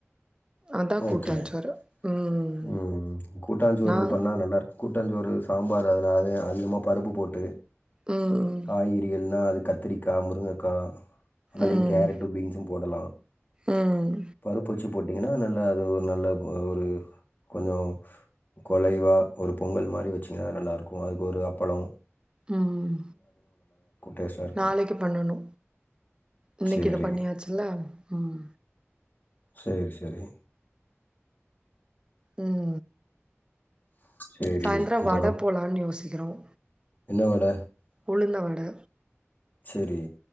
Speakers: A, on the right; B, on the left.
A: அதான்
B: ஓகே
A: கூட்டாஞ்சோறு. ம்.
B: உம் கூட்டாஞ்சோறு
A: நான்
B: பண்ணா நல்லா இருக்கு கூட்டாஞ்சோறு சாம்பார் அதனால அது அதிகமா பருப்பு போட்டு
A: ம்.
B: காய்கறி எல்லா அதுக்கு கத்திரிக்கா முருங்கக்கா அதுலயு
A: ம்.
B: கேரட்டும் பீன்ஸும் போடலா
A: ம்.
B: பருப்பு வச்சு போட்டு நல் அது ஒரு நல்ல ஒரு கொஞ்சோ கொலைவா ஒரு பொங்கல் மாரி வச்சிங்னா நல்லா இருக்கு அதுக்கு ஒரு அப்பளோ
A: உம்
B: டேஸ்ட்டா இருக்கும்.
A: நாளைக்கு பண்ணணு இன்னைக்கு
B: சரி,
A: இத பண்ணியாச்சுல உம்
B: சேரி சேரி
A: உம்
B: சரி.
A: சாய்ந்துரேம்
B: அப்புறம்
A: வட போலான் யோசிக்குறோம்
B: என்ன வட
A: உளுந்த வடை
B: செரி